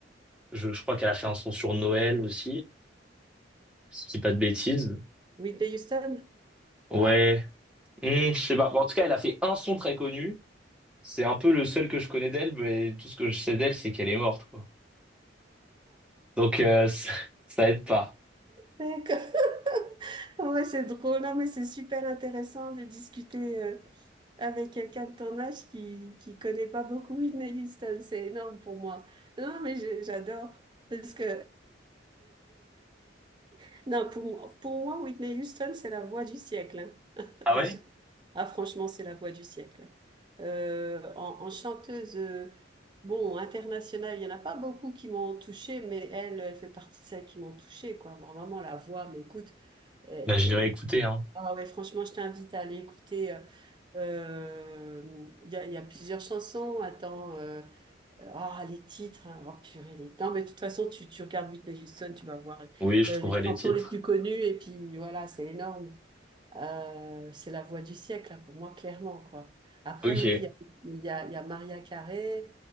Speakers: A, in the centre; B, on the right.
A: je, je crois qu'elle a fait un son sur Noël aussi, si je dis pas de bêtises.
B: Whitney Houston?
A: Ouais.
B: Ah,
A: Hmm, je sais pas. Bon, en tout cas, elle a fait un son très connu. C'est un peu le seul que je connais d'elle, mais tout ce que je sais d'elle, c'est qu'elle est morte, quoi. Donc, euh, <laughs> ça, ça aide pas.
B: d'accord. <laughs> Ouais, c'est drôle. Non, mais c'est super intéressant de discuter. euh, avec quelqu'un de ton âge qui qui connaît pas beaucoup Whitney Houston. C'est énorme pour moi. Non, mais je- j'adore parce que <laughs> non pour pour moi Whitney Houston c'est la voix du siècle hein, <laughs>
A: Ah
B: déjà.
A: ouais?
B: Ah franchement c'est la voix du siècle. Euh, en, en chanteuse euh, bon internationale il y en a pas beaucoup qui m'ont touchée mais elle elle fait partie de celles qui m'ont touchée quoi. Bon, vraiment la voix mais écoute euh,
A: Bah, j'irai écouter, hein.
B: ah ouais, franchement, je t'invite à aller écouter. euh, euh, Il y a, il y a plusieurs chansons. Attends, euh, euh, ah, les titres. hein, oh purée, les... Non, mais de toute façon, tu, tu regardes Whitney Houston, tu vas voir
A: Oui, je
B: euh,
A: trouverai
B: les
A: les
B: chansons
A: titres.
B: les plus connues. Et puis voilà, c'est énorme. Euh, c'est la voix du siècle, là, pour moi, clairement, quoi. Après,
A: Ok.
B: oui, il y a, il y a- il y a Maria Carey,